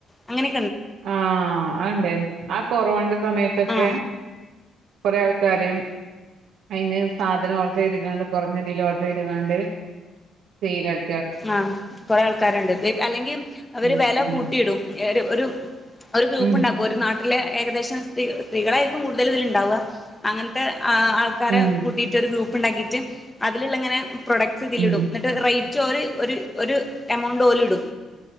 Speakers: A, on the left; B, on the right.
A: അങ്ങനെ
B: ആ അതുണ്ടേരുന്ന് ആ കൊറോണേന്റെ സമയ ത്തൊക്കെ
A: ആ
B: കൊറെ ആൾക്കാര് അയിന് സാധനം ഓർഡർ ചെയ്തിങ്ങാണ്ട് കുറഞ്ഞ തില് ഓർഡറേതങ്ങാണ്ട് സെയിലായി
A: ആ കൊറേ ആൾക്കാരുണ്ട് അല്ലെങ്കിൽ അവര്
B: ഉം
A: വില
B: ഉം
A: കൂട്ടിയിടും. ഒരു ഒരു ഒരു ഗ്രൂപ്പ്
B: ഉം
A: ഉണ്ടാക്കും ഒരു നാട്ടി ലെ ഏകദേശം സ്ത്രീ സ്ത്രീകളായിരിക്കും കൂടുതൽ ഇതിൽ ഉണ്ടാവുക അങ്ങൻത്തെ ആ ആൾക്കാരെ
B: ഉം
A: കൂട്ടിയിട്ടൊരു ഗ്രൂപ്പ് പ്പ് ഉണ്ടാക്കിയിട്ട് അതിലുള്ളങ്ങനെ പ്രോഡക്റ്റ് ഇതിൽ
B: ഉം
A: ഇടും എന്നിട്ട് റേറ്റ് ഓല് ഒര് ഒരു എമൗണ്ട് ഓല്ഇടും